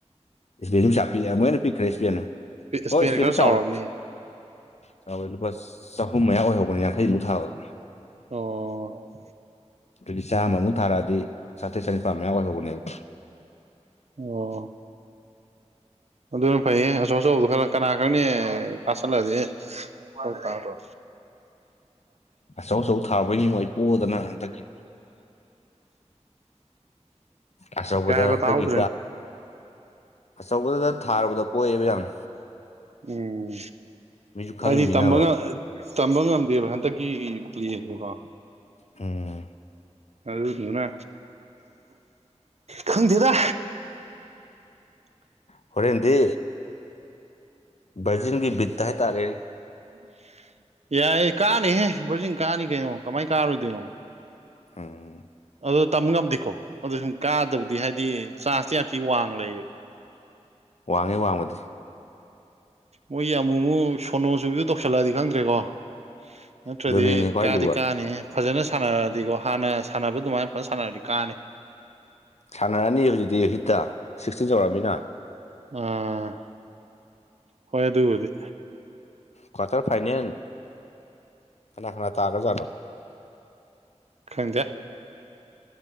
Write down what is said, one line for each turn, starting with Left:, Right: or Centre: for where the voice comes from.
Left: ꯏꯁꯄꯦꯟꯖꯨ ꯄꯩꯁꯥ ꯄꯤꯛꯑꯦ ꯑꯃꯨꯛ ꯍꯦꯟꯅ ꯄꯤꯛꯈ꯭ꯔꯦ ꯏꯁꯄꯦꯟꯅ
Right: ꯏꯁꯄꯦꯟ
Left: ꯍꯣꯏ ꯏꯁꯄꯦꯟꯗꯤ
Right: ꯈꯔ
Left: ꯆꯥꯎꯋꯦ
Right: ꯆꯥꯎꯔꯕꯅꯦ
Left: ꯆꯥꯎꯋꯦ ꯂꯨꯄꯥ ꯆꯍꯨꯝ ꯃꯌꯥ ꯑꯣꯏꯍꯧꯕꯅꯦ ꯌꯥꯡꯈꯩꯃꯨꯛ ꯊꯥꯕꯗ
Right: ꯑꯣ
Left: ꯑꯗꯨꯗꯤ ꯆꯥꯝꯃꯨꯛ ꯊꯥꯔꯛꯑꯗꯤ ꯆꯥꯇ꯭ꯔꯦ ꯆꯅꯤꯄꯥꯥꯟ ꯃꯌꯥ ꯑꯣꯏꯍꯧꯕꯅꯦꯕ
Right: ꯑꯣ ꯑꯗꯨꯅ ꯐꯩꯌꯦ ꯑꯆꯧ ꯑꯆꯧꯕꯗꯨꯣ ꯈꯔ ꯀꯅꯥ ꯈꯪꯅꯤ ꯀꯥꯁꯜꯂꯗꯤ ꯍꯣꯏ ꯇꯥꯕꯔꯣ
Left: ꯑꯆꯧ ꯑꯆꯧ ꯊꯥꯕꯩꯅꯤ ꯃꯣ ꯑꯩ ꯄꯣꯗꯅ ꯍꯟꯗꯛꯀꯤ ꯑꯆꯧꯕꯗ
Right: ꯀꯩ ꯍꯥꯏꯕ
Left: ꯍꯟꯗꯛꯀꯤ
Right: ꯇꯥꯍꯧ
Left: ꯑꯆꯧꯕꯗꯨꯗ ꯊꯥꯔꯨꯕꯗ ꯄꯣꯏꯌꯦꯕ ꯌꯥꯝꯅ
Right: ꯎꯝ
Left: ꯃꯤꯁꯨ ꯈꯪꯉꯤꯃꯤꯅꯕ
Right: ꯍꯥꯏꯗꯤ ꯇꯝꯕ ꯇꯝꯕ ꯉꯝꯗꯦꯕ ꯍꯟꯗꯛꯀꯤ ꯄ꯭ꯂꯦꯗꯣꯀꯣ
Left: ꯎꯝ
Right: ꯑꯗꯨꯗꯨꯅ ꯈꯪꯗꯦꯗ
Left: ꯍꯣꯔꯦꯟꯗꯤ ꯕꯔꯖꯤꯟꯒꯤ ꯕꯤꯠꯇ ꯍꯥꯏꯇꯥꯔꯦꯅꯦ
Right: ꯎꯝ ꯌꯥꯏꯌꯦ ꯀꯥꯅꯤꯍꯦ ꯕ꯭ꯔꯖꯤꯟ ꯀꯥꯅꯤ ꯀꯩꯅꯣ ꯀꯃꯥꯏꯅ ꯀꯥꯔꯣꯏꯗꯣꯏꯅꯣ
Left: ꯑꯝ
Right: ꯑꯗꯨ ꯇꯝꯕ ꯉꯝꯗꯦꯀꯣ ꯑꯗꯨꯗ ꯁꯨꯝ ꯀꯥꯗꯕꯗꯤ ꯍꯥꯏꯗꯤ ꯆꯥꯟꯁꯇꯤ ꯌꯥꯝ ꯊꯤ ꯋꯥꯡ ꯂꯩꯌꯦꯕ
Left: ꯋꯥꯡꯉꯦ ꯋꯥꯡꯕꯗꯤ
Right: ꯃꯣꯏꯒꯤ ꯑꯃꯨꯃꯨꯛ ꯁꯣꯅꯣꯁꯨꯨꯕꯤꯗꯨ ꯇꯧꯁꯜꯂꯛꯑꯗꯤ ꯈꯪꯗ꯭ꯔꯦꯀꯣ ꯅꯠꯇ꯭ꯔꯗꯤ
Left: ꯑꯗꯨꯅꯤꯅꯦ ꯈ꯭ꯋꯥꯏ
Right: ꯀꯥꯗꯤ
Left: ꯂꯨꯕ
Right: ꯀꯥꯅꯤ ꯐꯖꯅ ꯁꯥꯟꯅꯔꯗꯤꯀꯣ ꯍꯥꯟꯅ ꯁꯥꯟꯅꯕ ꯑꯗꯨꯃꯥꯏꯅ ꯐꯖꯅ ꯁꯥꯟꯅꯔꯗꯤ ꯀꯥꯟꯅꯤ
Left: ꯁꯥꯟꯅꯔꯅꯤ ꯍꯧꯖꯤꯛꯇꯤ ꯍꯤꯠꯇ ꯁꯤꯛꯁꯇꯤꯟ ꯌꯧꯔꯃꯤꯅ
Right: ꯑꯥ ꯍꯣꯏ ꯑꯗꯨꯕꯨꯔꯗꯤ
Left: ꯀ꯭ꯋꯥꯇꯔ ꯐꯥꯏꯅꯦꯜ ꯀꯅꯥ ꯀꯅꯥ ꯇꯥꯒ꯭ꯔꯖꯥꯠꯅꯣ
Right: ꯈꯪꯖꯦ